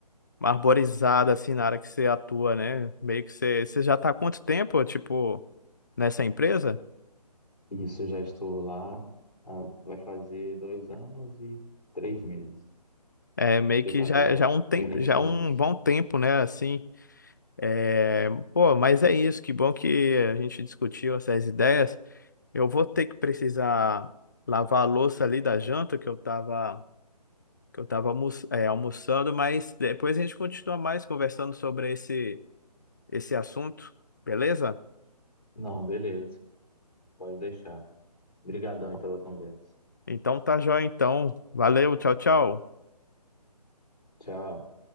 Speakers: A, on the left; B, on the left.
A: uma arborizada assim na área que você atua, né? Meio que você, você já tá há quanto tempo, tipo, nessa empresa?
B: Isso, já estou lá. ah, vai fazer dois anos e três meses.
A: É meio
B: Fiz
A: que
B: agora,
A: já já um tem,
B: no início
A: já
B: do
A: um
B: mês.
A: bom tempo, né, assim. É, pô, mas é isso, que bom que a gente discutiu essas ideias. Eu vou ter que precisar lavar a louça ali da janta que eu tava, que eu tava almo- é, almoçando, mas depois a gente continua mais conversando sobre esse, esse assunto, beleza?
B: Não, beleza. Pode deixar. Obrigadão aí pela conversa.
A: Então tá joia, então. Valeu, tchau, tchau.
B: Tchau.